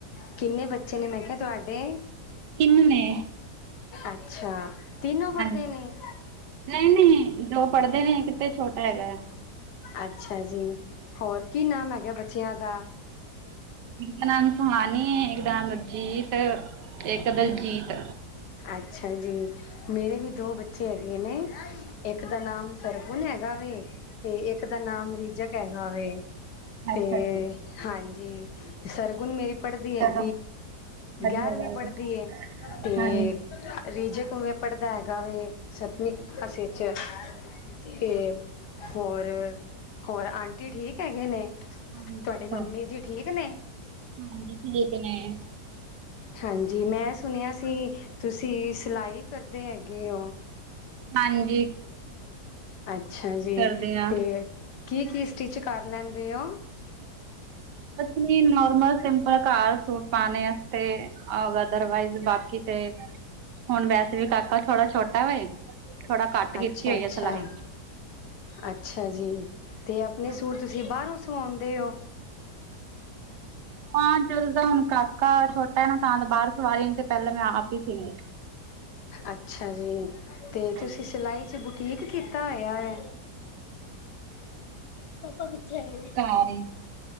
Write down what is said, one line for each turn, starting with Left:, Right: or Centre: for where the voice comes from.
Left: ਕਿੰਨੇ ਬੱਚੇ ਨੇ ਮੈਂ ਕਿਹਾ ਤੁਹਾਡੇ?
Right: ਤਿੰਨ ਨੇੇ।
Left: ਅੱਛਾ। ਤਿੰਨੋਂ ਪੜ੍ਹਦੇ
Right: ਹਾਂਜੀ
Left: ਨੇ?
Right: ਨਹੀਂ ਨਹੀਂ ਦੋ ਪੜ੍ਹਦੇ ਨੇ ਇੱਕ ਤੇ ਛੋਟਾ ਹੈਗਾ ਹੈ
Left: ਅੱਛਾ ਜੀ, ਹੋਰ ਕੀ ਨਾਮ ਹੈਗਾ ਬੱਚਿਆਂ ਦਾ?
Right: ਇੱਕ ਦਾ ਨਾਮ ਸੁਹਾਨੀ, ਇੱਕ ਦਾ ਨਾਮ ਨਵਜੀਤ, ਇੱਕ ਦਲਜੀਤ।
Left: ਅੱਛਾ ਜੀ। ਮੇਰੇ ਵੀ ਦੋ ਬੱਚੇ ਹੈਗੇ ਨੇ, ਇੱਕ ਦਾ ਨਾਮ ਸਰਗੁਣ ਹੈਗਾ ਵੇ ਤੇ ਇੱਕ ਦਾ ਨਾਮ ਰੀਜਕ ਹੈਗਾ ਵੇ। ਤੇ
Right: ਅੱਛਾ ਜੀ
Left: ਹਾਂਜੀ, ਸਰਗੁਣ ਮੇਰੀ ਪੜ੍ਹਦੀ
Right: ਚਲੋ
Left: ਏ
Right: ਵਧੀਆ
Left: ਗਿਆਰਵੀਂ
Right: ਗੱਲ
Left: ਪੜ੍ਹਦੀ
Right: ਹੈ
Left: ਤੇ
Right: ਹਾਂਜੀ
Left: ਰਿਜਕ ਪੜ੍ਹਦਾ ਹੈਗਾ ਵੇ ਸੱਤਵੀਂ ਕਲਾਸੇ ਚੇ ਅਤੇ ਹੋਰ, ਹੋਰ ਆਂਟੀ ਠੀਕ ਹੈਗੇ ਨੇ?
Right: ਹਾਂਜੀ
Left: ਤੁਹਾਡੇ
Right: ਸਭ
Left: ਮੰਮੀ
Right: ਵਧੀਆ
Left: ਜੀ ਠੀਕ ਨੇ?
Right: ਹਾਂਜੀ ਠੀਕ ਨੇ।
Left: ਹਾਂਜੀ, ਮੈਂ ਸੁਣਿਆ ਸੀ ਤੁਸੀਂ ਸਿਲਾਈ ਕਰਦੇ ਹੈਗੇ ਹੋ?
Right: ਹਾਂਜੀ।
Left: ਅੱਛਾ ਜੀ,
Right: ਕਰਦੇ ਆ
Left: ਤੇ ਕੀ ਕੀ ਸਟਿਚ ਕਰ ਲੈਂਦੇ ਓ?
Right: <inaudible> ਨੋਰਮਲ, ਸਿੰਪਲ ਕਾਰ ਸੂਟ ਪਾਣੇ ਵਾਸਤੇ। ਆ ਅਦਰਵਾਈਜ਼ ਬਾਕੀ ਤੇ ਹੁਣ ਵੈਸੇ ਵੀ ਕਾਕਾ ਥੋੜਾ ਛੋਟਾ ਹੋਏ ਥੋੜਾ ਕੱਟ ਕੀਤੀ
Left: ਅੱਛਾ
Right: ਹੋਈ
Left: ਅੱਛਾ
Right: ਆ ਸਿਲਾਈ।
Left: ਅੱਛਾ ਜੀ ਤੇ ਆਪਣੇ
Right: ਹਾਂਜੀ
Left: ਸੂਟ ਤੁਸੀਂ ਬਾਹਰੋਂ ਸਵਾਉਂਦੇ ਹੋ?
Right: ਹਾਂ ਜਦ ਦਾ ਹੁਣ ਕਾਕਾ ਛੋ ਟਾ ਤਾਂ ਬਾਹਰ ਸੁਵਾ ਰੀ ਤੇ ਪਹਿਲਾਂ ਮੈਂ ਆਪ ਹੀ ਸੀਂਦੀ।
Left: ਅੱਛਾ ਜੀ, ਤੇ
Right: ਹਾਂਜੀ
Left: ਤੁਸੀਂ ਸਿਲਾਈ 'ਚ ਬੁਟੀਕ ਕੀਤਾ ਹੋਇਆ ਹੈ। ਪਾਪਾ ਕਿੱਥੇ ਹੈਗੇ ਨੇ?
Right: ਸਾਰੇ